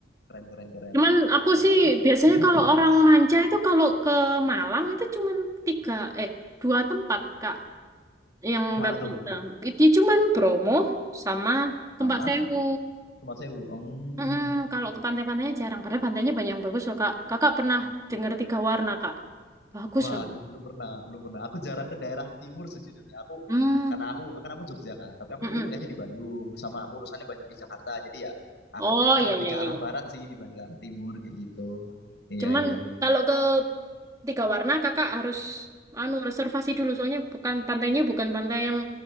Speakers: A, on the left; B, on the right.
A: keren keren keren
B: Cuman aku
A: nah
B: sih
A: terus
B: biasanya
A: mm,
B: kalau orang manca itu kalau ke Malang itu cuman tiga, eh dua tempat, Kak, yang
A: mana
B: rata-rata.
A: tuh
B: Itu cuman Bromo sama Tempat
A: sama
B: Sewu.
A: tempat sewu Hmm,
B: Mm-mm, kalau ke pantai-pantainya jarang. Padahal pantainya banyak yang bagus loh, Kak. Kakak pernah dengar tiga warna, Kak. Bagus
A: Waduh,
B: banget.
A: belum pernah, belum pernah. Aku jarang ke daerah timur sejujurnya. Aku
B: Hmm.
A: karena aku karena aku Jogja kan, tapi aku
B: mm-mm.
A: dulu kuliahnya di Bandung sama urusannya banyak di Jakarta. Jadi ya aku
B: Oh,
A: ke,
B: iya,
A: lebih
B: iya, iya.
A: ke arah
B: iya.
A: barat sih dibanding ke arah timur kayak gitu. Iya,
B: Cuman
A: iya.
B: kalau ke tiga warna, kakak harus anu reservasi dulu. Soalnya bukan pantainya bukan pantai yang